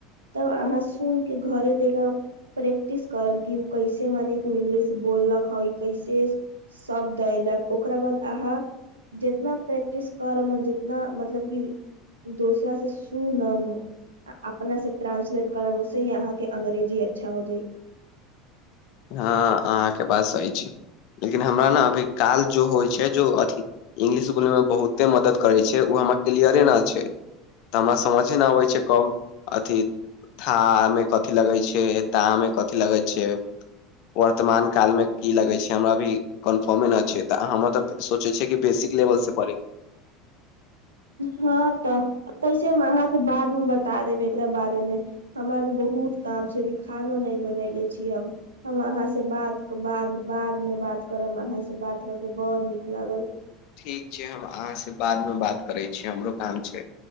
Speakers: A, on the right; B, on the left.
A: तब अहाँ सुन के घरे रहि के प्रैक्टिस करब कि उ कैसे मने कि इंग्लिश बोललक है कैसे सभ दैलक ओकरा बाद अहाँ जितना प्रैक्टिस करब जितना मतलब कि दोसरा से सुनम अपना से ट्रांसलेट करम तै यहाँके अंग्रेजी अच्छा हो जाइ
B: हँ अहाँके बात सही छै लेकिन हमरा न अभी काल जो होइ छै जो अथी इंगलिश बोलेमे बहुते मदद करै छै ओ हमर क्लियरे न छै तऽ हमरा समझे नहि आबै छै कब अथी था मे कथी लगै छै ता मे कथी लगै छै वर्तमान कालमे की लगै छै हमरा भी कन्फर्मे नहि छै तऽ हम तऽ सोचै छियै कि बेसी लेवल से पढ़े
A: हँ तऽ कैसे मे अहाँके बादमे बता देब एकरा बारेमे हमरा भी बहुत काम छै अभी खानो नै बनैले छी हम हम अहाँ से बाद के बाद बादमे बात करब हम से बात कऽ के बड़ नीक लागल
B: ठीक छै हम अहाँसे बादमे बात करै छियै हमरो काम छै